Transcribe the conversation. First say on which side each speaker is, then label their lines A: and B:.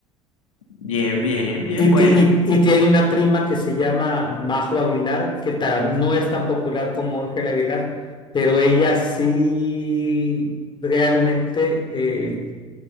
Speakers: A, on the left; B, on the left.
A: Bien, bien, bien,
B: Y,
A: bueno.
B: ti- y, y tiene una prima que se llama Majo Aguilar, que ta- no es tan popular como Ángela Aguilar, pero ella sí realmente eh,